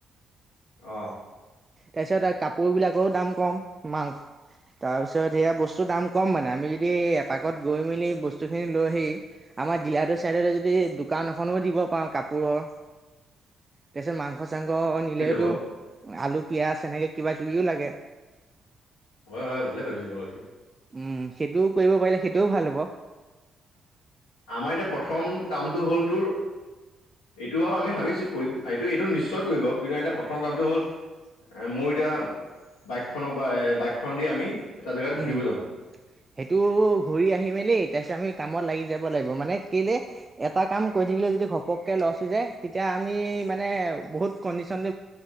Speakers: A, on the left; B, on the right.
A: অহ।
B: তাৰপিছত কাপোৰ বিলাকৰো দাম কম, মাংস তাৰপিছত সেয়া বস্তুৰ দাম কম মানে আমি যদি এপাকত গৈ মেলি বস্তু খিনি লৈ আহি আমাৰ ডিলাটোৰ চাইডতে যদি দোকান এখনো দিব পাৰো কাপোৰৰ
A: টিটি টি
B: পাছত মাংস মাংস-চাংস নিলেওতো
A: বাৰু
B: আলু, পিয়াজ এনেকে কিবা কিবিও লাগে
A: হয় হয়, ভালে ভাবিছো বাৰু এইটো
B: উম, সেইটোও কৰিব পাৰিলে সেইটোও ভাল হ'ব।
A: আমাৰ এতিয়া প্ৰথম কামটো হ'ল তোৰ এইটো বাৰু আমি ভাবিছো কৰিম এইটো, এইটো নিশ্চয় কৰিম বাৰু কিন্তু এতিয়া প্ৰথম কামটো হ'ল এ মোৰ এতিয়া বাইকখনৰ পৰা এ বাইকখন দি আমি এটা জেগাত
B: উম
A: ঘূৰিব
B: উম,
A: যাম
B: সেইটো ঘূৰি আহি মেলি তাৰপিছত আমি কামত লাগি যাব লাগিব মানে কেলে এটা কাম কৰি থাকিলে যদি ঘপককে লচ হৈ যায় তেতিয়া আমি মানে বহুত কনদিশৃন